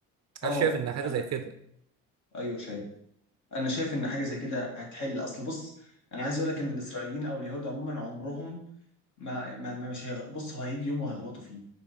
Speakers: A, on the left; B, on the right.
A: اه
B: هل شايف ان حاجه
A: انا
B: زي كده
A: ايوه شايف انا شايف ان حاجه زي كده هتحل اصل بص انا عايز اقول لك ان الاسرائيليين او اليهود عموما عمرهم ما, ما ما- مش هيغ... بص هو هيجي يوم وهيغلطوا فيه